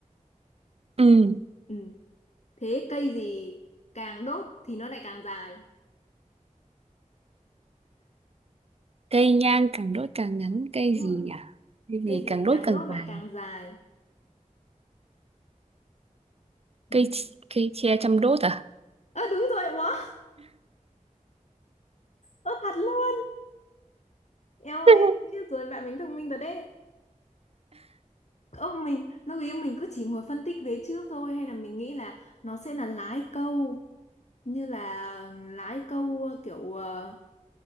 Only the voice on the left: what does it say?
Ừ. Thế cây gì càng đốt thì nó lại càng dài?
Đúng
rồi.
cây
gì
càng
đốt lại
càng dài ừ.
ơ đúng rồi ủa ơ thật luôn eo ơi
chết rồi bạn mình thông minh rồi đấy ơ mình lúc ấy mình cứ chỉ ngồi phân tích về trước thôi hay là mình nghĩ là nó sẽ là lái câu như là lái câu ờ, kiểu ờ,